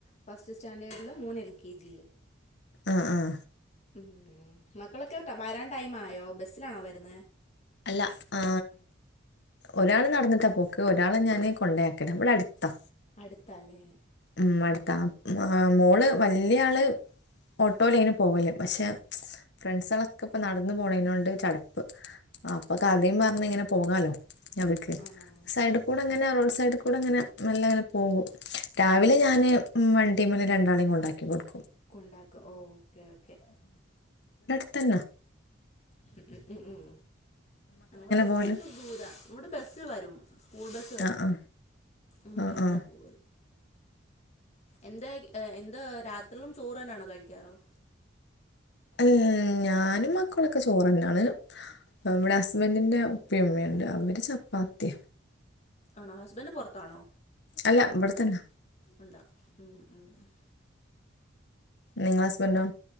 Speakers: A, on the left; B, on the left.
A: ഫസ്റ്റ് സ്റ്റാൻഡേർഡിലും മോന് എൽ കെ ജിയിലും
B: ആഹ ആഹ
A: ഉം മക്കളൊക്കെ വരാൻ ടൈം ആയോ ബസ്സിലാണോ വരുന്നേ
B: അല്ല ആ ഒരാള് നടന്നിട്ടാ പോക്ക് ഒരാളെ ഞാൻ കൊണ്ടയാക്കലാ ഇവിടെ അടുത്താ
A: അടുത്താലേ
B: ഉം അടുത്താ ആ മോള് വല്യ ആള് ഓട്ടോലെയ്ന് പോവല് പക്ഷെ ഫ്രണ്ട്സളൊക്കെ ഇപ്പ നടന്നു പോണെയ്നോണ്ട് ചടപ്പ് അപ്പൊ കഥയും
A: ആണോ
B: പറഞ്ഞ് ഇങ്ങനെ പോകാലോ ഞങ്ങക്ക്
A: ആഹ്
B: സൈഡിൽ കൂടെ ഇങ്ങനെ റോഡ് സൈഡിൽ കൂടെ ഇങ്ങനെ മെല്ലെ ഇങ്ങനെ പോകും രാവിലെ ഞാന് വണ്ടി മല് രണ്ടാളെയും ഉണ്ടാക്കി കൊടുക്കും
A: കൊണ്ടാക്കും ഓ ഓക്കേ ഓക്കെ
B: തന്ന
A: ഉം ഉം ഉം നമ്മൾ കൊറച്ചസം
B: പോകല്
A: ദൂരാ ഇവടെ ബസ്സ് വരും സ്കൂൾ ബസ്സ് വരും
B: ആ ആ
A: ഉം
B: ആ
A: ബസ്സില
B: ആ
A: പോകലു എന്താ എന്താ രാത്രിയും ചോറ് തന്നെയണോ കഴിക്കാറോ
B: ഉം ഞാ ഞാനും മക്കളൊക്കെ ചോറന്നെ ആണ് ഇവടെ ഹസ്ബൻറിന്റെ ഉപ്പി ഉമ്മി ഉണ്ട് അവര് ചപ്പാത്തി
A: ആണോ ഹസ്ബന്റ് പുറത്താണോ
B: അല്ല ഇവട്‌ത്തന്നെ
A: ഉണ്ടാവും ഉ ഉ
B: നിങ്ങളെ ഹസ്ബന്റോ